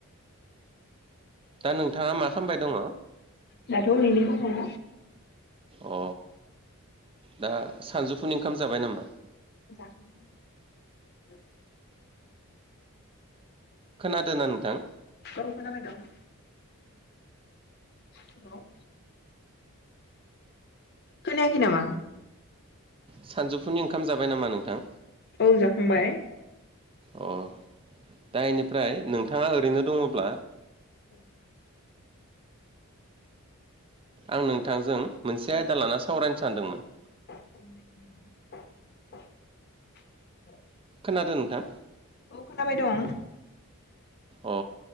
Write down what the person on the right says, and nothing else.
दा नोंथाङा मा खालामबाय दङ
अ दा सानजौफुनि ओंखाम जाबाय नामा
खोनादों ना नोंथां
सानजौफुनि ओंखाम जाबाय नामा नोंथां
अ दा इनिफ्राय नोंथाङा ओरैनो दङब्ला
आं नोंथांजों मोनसे आयदा लाना सावरायनो सानदोंमोन
खोनादों नोंथां
अ